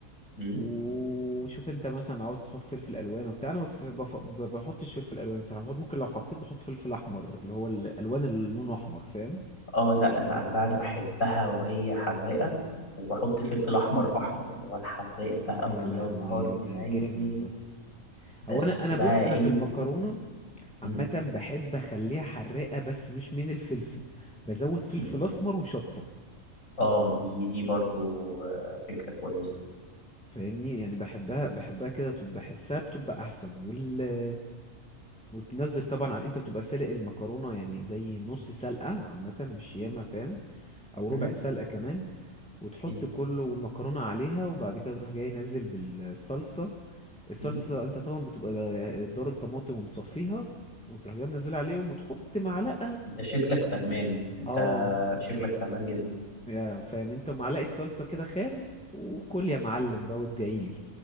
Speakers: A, on the left (about 70°); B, in the centre.
A: مم.
B: وشوف انت مثلا لو عاوز تحط فلفل الوان وبتاع انا بف... بف... ب- بحطش فلفل الوان صراحه بحط ممكن لو حطيت بحط فلفل احمر اللي هو الالوان اللي لونه احمر فاهم
A: اه لا انا انا بقى انا بحبها وهي حراقة وبحط فلفل احمر احمر اللي هو الحراق بقى
B: يا
A: ويا
B: لهوي
A: نهار منيل
B: ده جامد ده او
A: بس
B: انا انا
A: بقى
B: بص انا
A: ايه
B: في المكرونه
A: مم.
B: عامه بحب اخليها حراقه بس مش من الفلفل بزود فلفل
A: مم.
B: اسمر وشطه
A: اه دي دي برضو آه، فكرة كويسة
B: فاهمني يعني بحبها بحبها كده طب بحسها بتبقى احسن وال... وتنزل طبعا على انت بتبقى سالق المكرونه يعني زي نص سلقه عامه مش ياما
A: مم.
B: فاهم او ربع
A: مم.
B: سلقه كمان وتحط
A: مم.
B: كله والمكرونه عليها وبعد كده تروح جاي نازل بالصلصه الصلصه
A: مم.
B: انت طبعا بتبقى ضارب طماطم ومصفيها وتروح جاي منزل عليهم وتحط معلقه
A: انت شكلك فهمان انت
B: اه
A: شكلك فهمان جدا
B: يا فاهم انت معلقه صلصه كده خام وكل يا معلم بقى وادعيلي